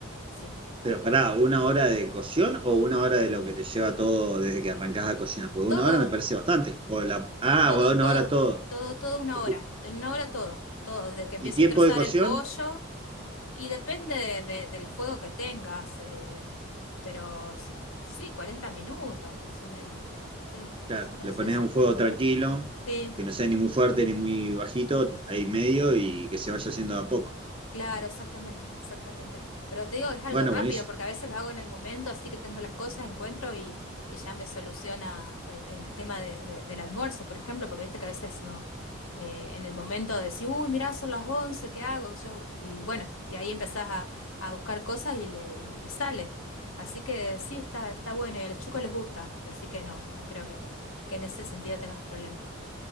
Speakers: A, on the left; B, on the right.
A: Sí.
B: Pero pará, ¿una hora de cocción o una hora de lo que te lleva todo desde que arrancás a cocinar? Porque
A: Todo,
B: una hora me parece bastante. O la, ah,
A: todo,
B: o una
A: todo,
B: hora todo.
A: todo, todo una
B: Escu-
A: hora. En una hora todo, todo, desde que empiezo
B: ¿Y tiempo
A: a trozar
B: de cocción?
A: el pollo y depende de- de- del fuego que tengas, eh, pero s- sí, 40 minutos más o menos. Sí,
B: Claro,
A: más o menos
B: le pones
A: eso.
B: a un fuego tranquilo,
A: Sí.
B: que no sea ni muy fuerte ni muy bajito, ahí medio y que se vaya haciendo de a poco.
A: Claro, exactamente, exactamente. Pero te digo, es algo
B: Bueno,
A: rápido
B: buenísimo.
A: porque a veces lo hago en el momento, así que tengo las cosas, encuentro y, y ya me soluciona el, el tema de- de- del almuerzo, por ejemplo, porque viste que a veces no, eh, en el momento de decir, uy, mirá, son las 11, ¿qué hago? Yo, y bueno, y ahí empezás a, a buscar cosas y, le, y, y sale. Así que sí, está, está bueno y a los chicos les gusta, así que no, no creo que, que en ese sentido tengas problemas.